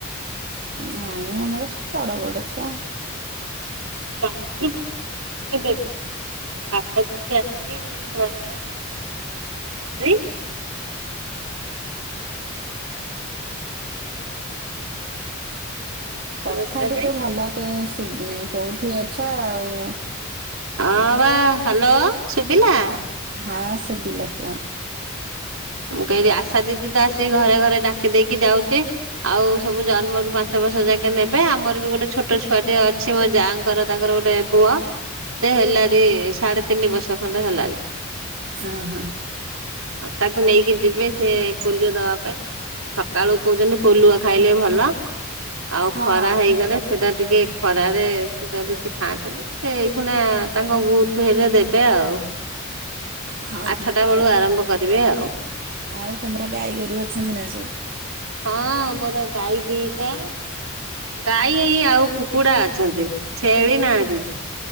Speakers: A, on the right; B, on the right.
A: ନାଇଁ। ଆମର ସବୁ ବଡ ବଡ ଛୁଆ।
B: ଜନ୍ମରୁ ପାଞ୍ଚ ବର୍ଷ <unintelligible> ଦେବେ। ଆସା ଦିଦି ଆସିକି ଘରେ ଘରେ <unintelligible> <unintelligible> ତିନି ବର୍ଷର
A: କଥା
B: ଛୁଆଟେ।
A: ଟିକେ ଭଲ କଇ ଶୁବୁନେଇଁ କୋଉଠି ଅଛ ଆଉ
B: ଆଁ ବା ହ୍ୟାଲୋ। ଶୁଭିଲା?
A: ହଁ ହଁ ସୁବିଲା କୁହନ୍ତୁ।
B: ମୁଁ କହିବି ଆଶା ଦିଦି ତ ଆସିକି ଘରେ ଘରେ ଡାକି ଦେଇକି ଯାଉଚି ଆଉ ସବୁ ଜନ୍ମରୁ ପାଞ୍ଚ ବର୍ଷ ଜାକେ ନେବେ ଆମର ବି ଗୋଟେ ଛୋଟ ଛୁଆଟି ଅଛି ମୋ ଯାଆଙ୍କର ତାଙ୍କର ଗୋଟେ ପୁଅ ସେ ହେଲାଡି ସାଢେ ତିନି ବର୍ଷ ଖଣ୍ଡେ ହେଲାଣି।
A: ଅହ।
B: ତାକୁ ନେଇକି ଯିବେ ସେ ପୋଲିଓ ଦବା ପାଇଁ ସକାଳୁ କଉଚନ୍ତି ପୋଲୁଅ ଖାଇଲେ ଭଲ ଆଉ
A: ହଁ
B: ଖରା ହେଇଗଲେ ସେଇଟା ଟିକେ ଖରାରେ ସେଇଟା ବେଶୀ ଖାଆନ୍ତିନି ହେଉ ଖୁନା ତାଙ୍କ ବୁଥୁ ହେଲେ ଦେବେ ଆଉ।
A: ହଁ
B: ଆଠଟା ବେଳୁ ଆରମ୍ଭ କରିବେ ଆଉ।
A: ଆଉ ତମର ଗାଈ ଗୋରୁ ଅଛନ୍ତି ନା ସବୁ?
B: ହଁ ମୋର ଗାଈ ଦିଟା। ଗାଈ ଏଇ ଏଇ ଆଉ କୁକୁଡା ଅଛନ୍ତି ଛେଳି ନାହାନ୍ତି।